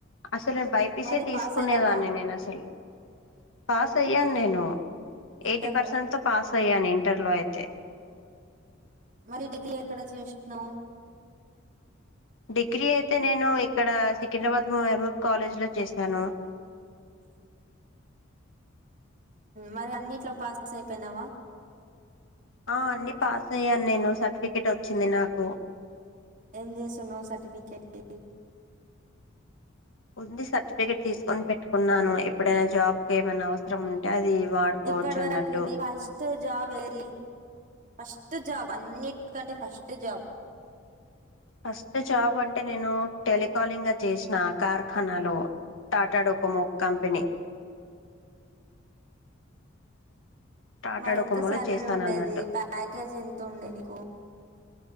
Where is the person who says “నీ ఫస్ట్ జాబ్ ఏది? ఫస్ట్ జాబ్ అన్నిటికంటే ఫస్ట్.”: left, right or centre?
Right